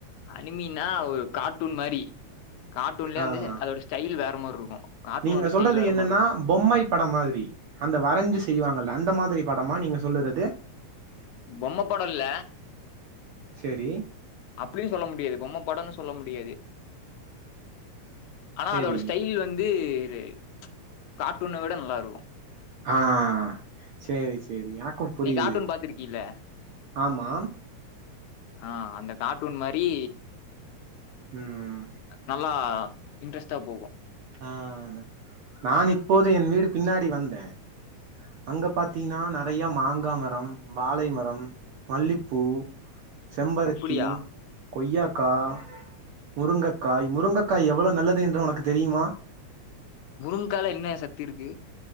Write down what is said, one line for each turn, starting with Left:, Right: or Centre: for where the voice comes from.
Left: அனிமினா ஒரு கார்ட்டூன் மாரி கார்ட்டூன்லயே
Right: ஆஹ
Left: வந்து அதோட ஸ்டைல் வேற மாரி இருக்கும். கார்ட்டூனோட
Right: நீங்க
Left: ஸ்டைல்
Right: சொல்றது
Left: வேற
Right: என்னன்னா
Left: மாரி இருக்கும்.
Right: பொம்மை படம் மாதிரி அந்த வரைஞ்சு செய்வாங்கல்ல அந்த மாதிரி படமா நீங்க சொல்லுறதுகு
Left: பொம்ம பட இல்ல
Right: சேரி
Left: அப்புடின்னு சொல்ல முடியாது பொம்ம படம்னு சொல்ல முடி முடியாது ஆனா
Right: சேரி
Left: அதோட ஸ்டைல் வந்து வந்து கார்ட்டூனை விட நல்லா இருக்கும்
Right: ஆஹ சேரி சேரி எனக்கும் புரியுது
Left: நீ கார்ட்டூன் பாத்துருக்கீல்ல?
Right: ஆமா
Left: ஆஹ அந்த கார்ட்டூன் மாரி
Right: உம்
Left: நல்லா இன்ட்ரெஸ்ட்டா போகும்
Right: ஆஹ நா இப்போது என் வீடு பின்னாடி வந்தேன் அங்க பாத்தீங்கின்னா நறைய மாங்கா மரம் வாழை மரம் மல்லிப்பூ செம்பருத்தி
Left: அப்டியா?
Right: கொய்யா கா முருங்கக்காய் முருங்கக்காய் எவ்வள நல்லது என்று உனக்கு தெரியுமா
Left: முருங்ககாயில என்ன சக்தி இருக்கு